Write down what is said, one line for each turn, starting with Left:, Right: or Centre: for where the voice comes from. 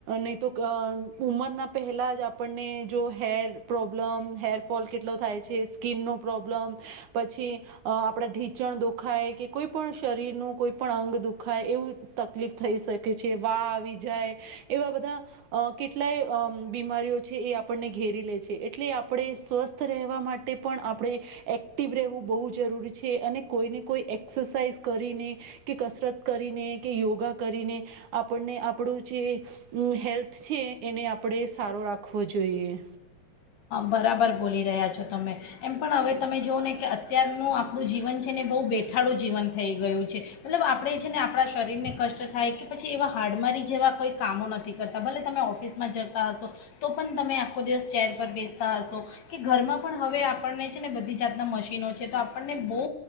Right: નહીં તો ઉમરના પહેલા જ આપણને જો હેર પ્રોબ્લમ, હેરફોલ કેટલો થાય છે, સ્કીિનનો પ્રોબ્લમ, પછી આપડા ઢીંચણ દોખાય કે કોઈ પણ. શરીરનું કોઈ પણ અંગ દુખાય એવું તકલીફ થઈ શકે છે. વા આવી જાય, એવા બધા કેટલાય બીમારીઓ છે એ આપણને ઘેરી લે છે. એટલે આપણે સ્વસ્થ રહેવા માટે પણ આપણે એક્ટિવ રહેવું બહુ જરૂરી છે, અને કોઈને કોઈ એક્સરસાઇઝ કરીને, કે કસરત કરીને કે યોગા કરીને આપણને આપણું જે હેલ્થ છે એને આપણે સારો રાખવો જોઈએ.
Left: બરાબર બોલી રહ્યા છો તમે. એમ પણ હવે તમે જોવઓ ને, કે અત્યારનું આપણું જીવન છે ને બહુ બેઠાડું જીવન થઈ ગયું છે. મતલબ આપણે છે ને આપણા શરીરને કષ્ટ થાય, કે પછી એવા હાડમારી જેવાં કોઈ કામો નથી કરતા. ભલે તમે ઓફિસમાં જતા હશો તો પણ તમે આખો દિવસ ચેર પર બેસતા હશો કે ઘરમાં પણ હવે આપણને છે ને બધી જાતનાં મશીનો છે, તો આપણને બહુ